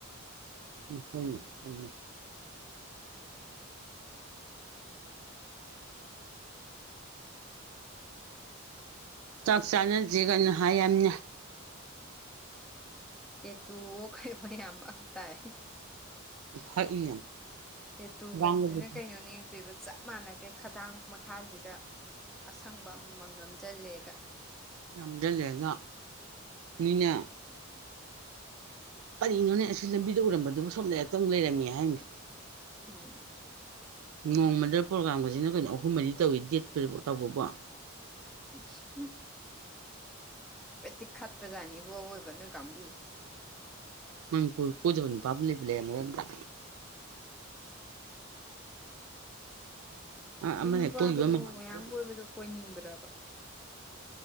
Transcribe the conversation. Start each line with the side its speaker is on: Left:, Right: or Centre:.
Right: ꯎꯝ ꯍꯣꯏꯅꯦ ꯆꯨꯝꯃꯤ ꯆꯥꯛ ꯆꯥꯅꯁꯤ ꯀꯥꯏꯅ ꯍꯥꯏ ꯍꯥꯏꯃꯤ
Centre: ꯇꯦ ꯇꯨ ꯑꯣ ꯀꯩ ꯑꯣ ꯌꯥꯝ ꯃꯪ ꯇꯥꯏ
Right: ꯍꯛꯏꯅꯦ
Centre: ꯇꯦꯇꯨꯒꯁꯤꯅ
Right: ꯂꯥꯡꯕꯕꯨ
Centre: ꯀꯩꯅꯣꯅꯦ ꯇꯣꯏꯕ ꯆꯞ ꯃꯥꯟꯅꯒꯩ ꯈꯗꯥꯡ ꯃꯈꯥꯁꯤꯗ ꯑꯁꯪꯕ ꯑꯃꯃꯝ ꯅꯝꯁꯤꯜꯂꯦꯒ
Right: ꯅꯝꯖꯜꯂꯦꯒ ꯃꯤꯅ ꯀꯔꯤꯅꯣꯅꯦ ꯑꯁꯤ ꯂꯝꯕꯤꯗ ꯎꯔꯝꯕꯗꯨꯕꯨ ꯁꯣꯝ ꯂꯩꯔꯛꯇ ꯃꯨꯛ ꯂꯩꯔꯝꯃꯤ ꯍꯥꯏꯅꯤ
Centre: ꯎꯝ
Right: ꯅꯣꯡꯃꯗ ꯄ꯭ꯔꯣꯒꯥꯝꯒꯁꯤꯅ ꯀꯩꯅꯣ ꯑꯍꯨꯝ ꯃꯔꯤ ꯇꯧꯏ ꯗꯦꯠ ꯄꯗꯕꯨ ꯇꯧꯕꯕꯣ
Centre: ꯍꯝ ꯍꯥꯏꯐꯦꯠꯇꯤ ꯈꯠꯄꯖꯥꯅꯤꯕꯨ ꯑꯋꯣꯏꯕ ꯅꯣꯏ ꯀꯥꯡꯕꯨꯁꯦ
Right: ꯃꯅꯤꯄꯨꯔ ꯀꯣꯏꯗꯕ ꯅꯨꯄꯥꯕꯨ ꯂꯩꯕꯨ ꯂꯩꯔꯝꯃꯔꯣꯏ ꯅꯠꯇ꯭ꯔꯥ
Centre: <inaudible> ꯑꯗꯨ
Right: ꯑꯃ
Centre: ꯅꯨꯄꯥꯗꯨꯕꯨ
Right: ꯍꯦꯛ ꯀꯣꯏꯈꯤꯕ ꯃꯃꯥꯟꯅꯕꯒ
Centre: ꯃꯌꯥꯝ ꯀꯣꯏꯕꯗꯨ ꯀꯣꯏꯅꯤꯡꯕ꯭ꯔꯕ